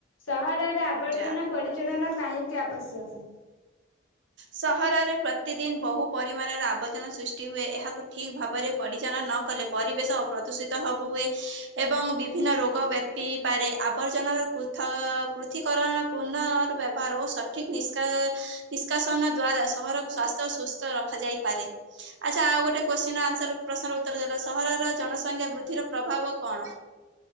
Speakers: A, on the left; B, on the right.
A: ସହରରେ ଆବର୍ଜନା
B: ଯାହଉ
A: ପରିଚାଳନା କାହିଁକି ଆବଶ୍ୟକ?
B: ସହରରେ ପ୍ରତିଦିନ ବହୁ ପରିମାଣର ଆବର୍ଜନା ସୃଷ୍ଟି ହୁଏ ଏହାକୁ ଠିକ୍ ଭାବରେ ପରିଚାଳନ ନ କଲେ ପରିବେଶ ପ୍ରଦୂଷିତ ହବୁ ହୁଏ ଏବଂ ବିଭିନ୍ନ ରୋଗ ବ୍ୟାପିପାରେ ଆବର୍ଜନାର ପୂତ୍ ଥ ପୃଥିକରଣ ପୁର୍ନ ବ୍ୟାପାର ଓ ସଠିକ୍ ନିଷ୍କା ନିଷ୍କାସନ ଦ୍ଵାରା ସହରକୁ ସ୍ୱାସ୍ଥ୍ୟ ଓ ସୁସ୍ଥ ରଖାଯାଇପାରେ। ଆଚ୍ଛା ଆଉ ଗୋଟେ କୋଶ୍ଚିନ୍ ର ଆନ୍ସର ପ୍ରଶ୍ନର ଉତ୍ତର ଦେଲ ସହରର ଜନସଂଖ୍ୟା ବୃଦ୍ଧିର ପ୍ରଭାବ କଣ?